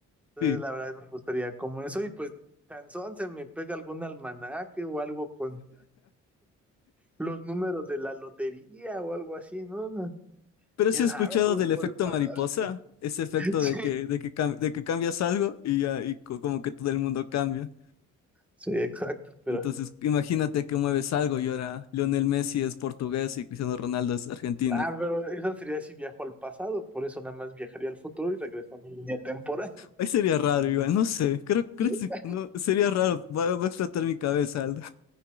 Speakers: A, in the centre; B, on the left (about 60°).
A: Entonces
B: Sí.
A: la verdad me gustaría como eso y pues Cansón se me pega algún almanaque o algo con los números de la lotería o algo así, ¿no? No,
B: Pero
A: ¿Quién
B: sí he escuchado
A: sabe? Todo
B: del
A: puede
B: efecto
A: pasar.
B: mariposa,
A: <laughs>
B: ese efecto
A: Sí,
B: de que, de que, cam- de que cambias algo y ya, y co- como que todo el mundo cambia.
A: sí, exacto, pero
B: Entonces, imagínate que mueves algo y ahora Lionel Messi es portugués y Cristiano Ronaldo es argentino.
A: Ah, pero eso sería si viajo al pasado, por eso nada más viajaría al futuro y regreso a mi línea temporal.
B: Ahí sería raro, igual, no sé, creo, creo
A: <laughs>
B: que sí, no, sería raro, va, va a explotar mi cabeza, Aldo.